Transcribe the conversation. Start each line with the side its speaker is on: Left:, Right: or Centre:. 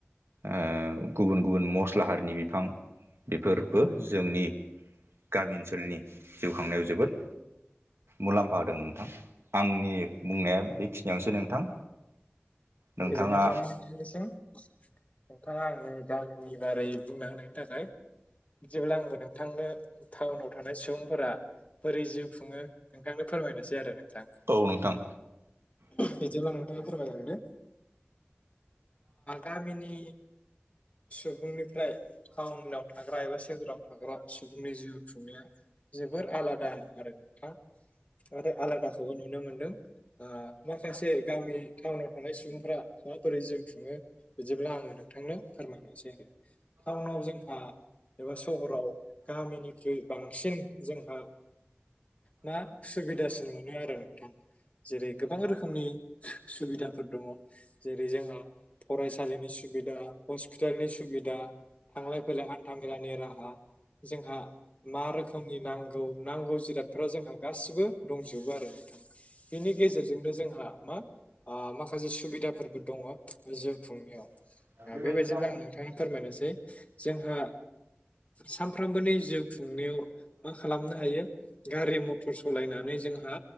Right: ओ गुबुन गुबुन मस्ला हारिनि बिफां बेफोर बो जोंनि गामि ओनसोलनि जिउ खांनायाव जोबोद मुलाम्फा होदों नोंथां आंनि बुंनाया बेखिनियावसो नोंथां नोंथाङा
Left: गोजोननाय थाबाय नोंथखंनिसिम नोंथाङा आंनि गामिनि बारै बुंना होनायनि थाखाय जेब्ला आंबो नोंथांनो टाउनाव थानाय सुबुंफोरा बोरै जिउ खुंङो नोंथांनो फोरमायनोसै आरो नोंथां
Right: औ नोंथां
Left: बिदिब्ला नोंथांङा फोरमायलांदो गामिनि सुबुंनिफ्राय टाउनाव थाग्रा एबा सोहोराव थाग्रा सुबुंनि जिउ खुंनाया जोबोर आलादा आरो नोंथां आरो आलादाखौबो नुनो मोनदों माखासे गामि टाउनाव थानाय सुबुंफ्रा माबोरै जिउ खुङो बिदिब्ला आङो नोंथांनो फोर टाउनाव जोंहा एबा सहराव गामिनिख्रुइ बांसिन जोंहा मा सुबिदासिन मोनो आरो नोंथां जेरै गोबां रोखोमनि सुबिदाफोर दङ जेरै जोंहा फरायसालिनि सुबिदा हस्पिटालनि सुबिदा थांलाय फैलाय हान्था मेलानि राहा जोंहा मा रोखोमनि नांगौ नांगौ जिरादफोरा जोंहा गासिबो दंजोबो आरो नोंथां बेनि गेजेरजोंनो जोंहा मा माखासे सुबिदाफोरबो दङ बे जिउ खुंनायाव
Right: <unintelligible>
Left: आ, बेबायदिब्ला आं नोंथांङा फोरमायनोसै जोंहा सानफ्रामबोनि जिउ खुंनायाव मा खालामनो हायो गारि मथर सालायनानै जोंहा